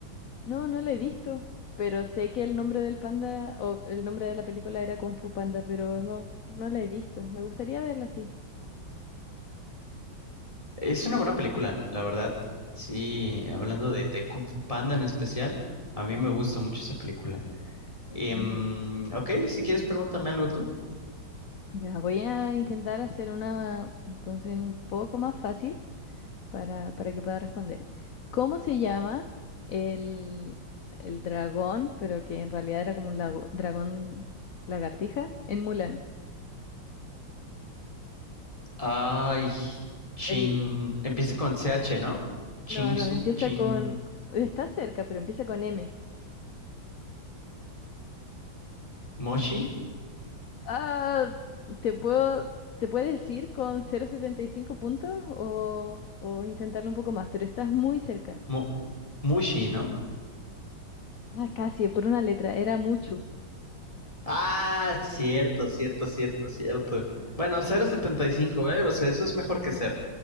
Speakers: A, on the left; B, on the left.
A: no, no la he visto. Pero sé que el nombre del panda o el nombre de la película era Kung Fu Panda, pero no, no la he visto. Me gustaría verla, sí.
B: Es una buena película, la verdad. Sí, hablando de, de Kung Fu Panda en especial, a mí me gusta mucho esa película. Em,
A: Ujú.
B: ok, si quieres pregúntame algo tú.
A: Ya, voy a intentar hacer una entonces un poco más fácil para, para que pueda responder. ¿Cómo se llama el, el dragón, pero que en realidad era como un lago- dragón lagartija en Mulan?
B: Ay, Chin,
A: El,
B: empieza con C H, ¿no? Chingsu,
A: no, no, empieza
B: Chin,
A: con, está cerca, pero empieza con M.
B: Moshi,
A: Ah, ¿te puedo, te puedes decir con cero coma setenta y cinco puntos o, o intentarlo un poco más? Pero estás muy cerca.
B: Mo- Mushi, ¿no?
A: Ah, casi, por una letra, era mucho.
B: Ah, cierto, cierto, cierto, cierto. Bueno, cero punto setenta y cinco, ¿eh? O sea, eso es mejor que cero.